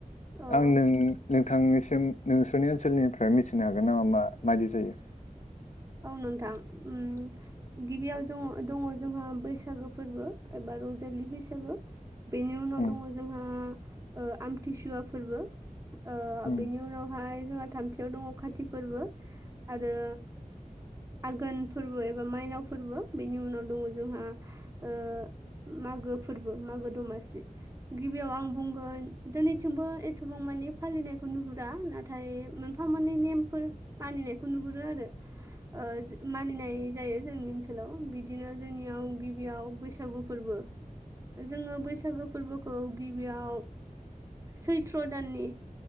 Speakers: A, on the right; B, on the left.
A: औ
B: आं नों। नोंथांनिसिम नोंसोरनि ओनसोलनिफ्राय मिथिनो हागोन नामा मा मायदि जायो।
A: औ नोंथां ओ गिबियाव जङ दङ जोंहा बैसागो फोरबो एबा रंजालि बैसागो। बेनि उनाव
B: उम
A: दङ जोंहा ओ आमथिसुवा फोरबो। ओ
B: उम
A: बेनि उनावहाय जोंहा थामथियाव दङ काति फोरबो आरो। आघोन फोरबो एबा माइनाव फोरबो बेनि उनाव दङ जोंहा ओ मागो फोरबो मागो दमासि गिबियाव आं बुंगोन जोंनिथिंबो। एथबां माने फालिनायखौ नुहुरा नाथाय मोनफा मोननै नेमफोर मानिनायखौ नुहुरो आरो। ओ मानिनाय जायो जोंनि ओनसोलाव बिदिनो जोंनियाव गिबियाव बैसागु फोरबो जोङो बैसागु फोरबोखौ गिबियाव सैथ्र' दाननि